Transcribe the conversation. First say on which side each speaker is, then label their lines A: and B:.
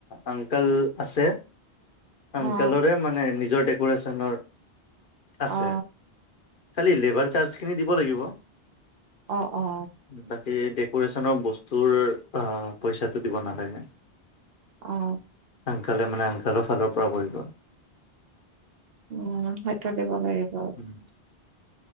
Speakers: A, on the left; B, on the right.
A: অংকাল আছে আংকালৰে
B: অ
A: মানে নিজৰ ডেক'ৰেশ্যনৰ আছে।
B: অ
A: খালি লেবাৰ চাৰ্জখিনি দিব লাগিব।
B: অ অ
A: বাকী ডেকোৰেশ্যনৰ বস্তুৰ পইচাটো দিব নালাগে।
B: অ
A: আংকালে মানে আংকালৰ ফালৰ পৰাও কৰিব।
B: উম সেইটো দিব লাগিব।
A: উম,